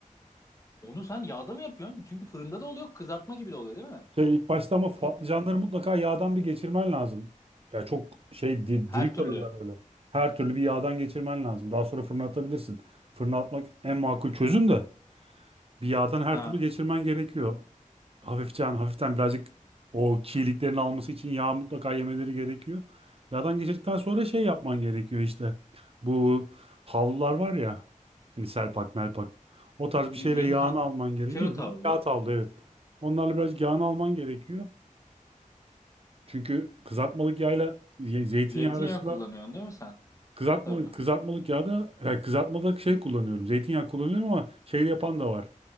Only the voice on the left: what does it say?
onu sen yağda mı yapıyorsun? Çünkü fırında da oluyor, kızartma gibi de oluyor değil mi?
İki,
her
türlü.
Ha,
bildiğin
ha,
kağıt
havlu.
Zeytinyağı
kullanıyorsun değil mi sen?
Tabii.